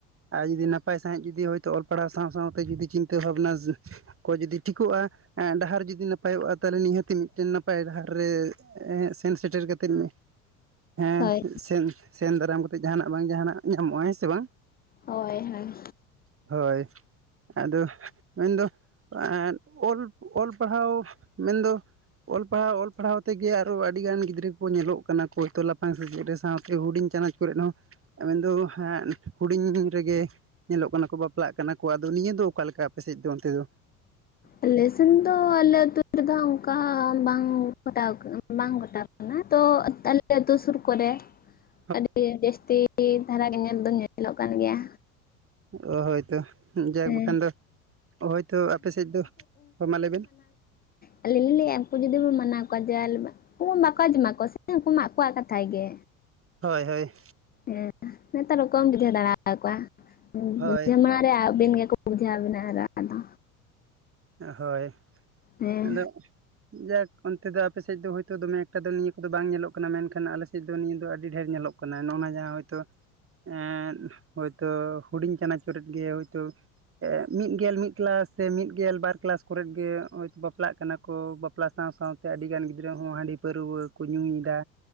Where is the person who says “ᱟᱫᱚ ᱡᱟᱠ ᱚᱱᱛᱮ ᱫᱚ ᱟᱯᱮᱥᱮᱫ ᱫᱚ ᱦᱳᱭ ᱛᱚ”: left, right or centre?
Right